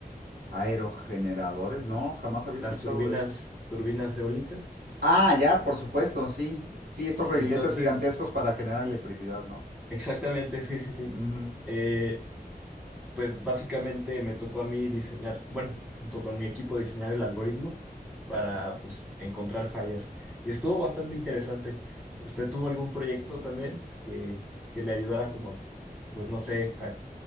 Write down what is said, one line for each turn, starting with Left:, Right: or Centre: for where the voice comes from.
Right: Aerogeneradores, no, jamás había escuchado
Centre: las turbinas,
Right: de eso.
Centre: turbinas eólicas.
Right: Ah, ya, por supuesto, sí. Sí, estos reguiletes
Centre: Entonces,
Right: gigantescos para generar electricidad, ¿no?
Centre: exactamente, sí, sí, sí.
Right: Ujú.
Centre: Eh, pues básicamente me tocó a mí diseñar, bueno, junto con mi equipo diseñar el algoritmo para pues encontrar fallas. Y estuvo bastante interesante. ¿Usted tuvo algún proyecto también que, que le ayudara como, pues no sé, a,